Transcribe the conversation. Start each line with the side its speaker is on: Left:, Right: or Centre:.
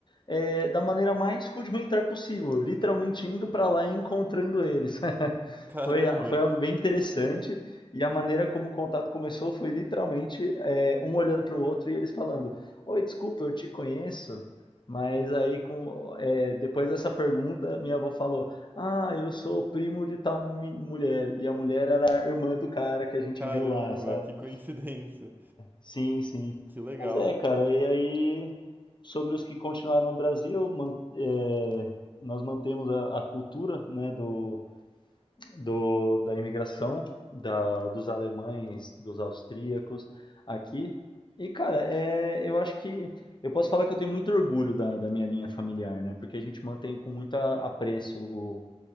Left: é, da maneira mais rudimentar possível, literalmente indo pra lá e encontrando eles.
Right: Caramba,
Left: Foi, a- foi algo bem interessante e a maneira como o contato começou foi literalmente é, um olhando para o outro e eles falando: Oi, desculpa, eu te conheço. Mas aí, com, é, depois dessa pergunta, minha avó falou: Ah, eu sou primo de tal mi- mulher. E a mulher era a irmã do cara que a gente
Right: caramba,
Left: viu lá, sabe?
Right: que coincidência.
Left: Sim, sim.
Right: Que legal.
Left: Mas é, cara, e aí, sobre os que continuaram no Brasil, man- é, nós mantemos a, a cultura, né, do do, da imigração da, dos alemães, dos austríacos aqui. E, cara, é, eu acho que eu posso falar que eu tenho muito orgulho da, da minha linha familiar, né? Porque a gente mantém com muito a- apreço o,